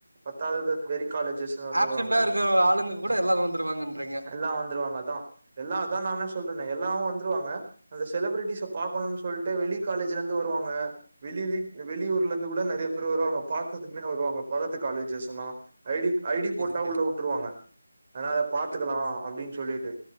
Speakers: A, on the right (about 30°); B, on the right (about 65°).
A: பத்தாதது வெளி காலேஜஸ் லிந்து வந்துருவாங்க
B: ஆப்சென்டா இருக்கிற ஆளுங்க கூட
A: எஸ்
B: எல்லாரு வந்துருவாங்கன்றீங்க
A: எல்லா வந்துருவாங்க அதா எல்லா அதா நானே சொல்றனே எல்லாவு வந்துருவாங்க அந்த செலபிரிட்டிஸ்ஸ பாக்கணுன் சொல்ட்டு வெளி காலேஜ்லிந்து வருவாங்க வெளி வீட் அ வெளியூர்லர்ந்து கூட நெறய பேர் வருவாங்க பாக்கற்துக்னே வருவாங்க பக்கத்து காலேஜஸ் எல்லா ஐடி ஐடி போட்டா
B: செரி செரி
A: உள்ள உட்டுருவாங்க அதுனால பாத்துக்கலா
B: ஓகே ஓகே
A: அப்டீன் சொல்லீட்டு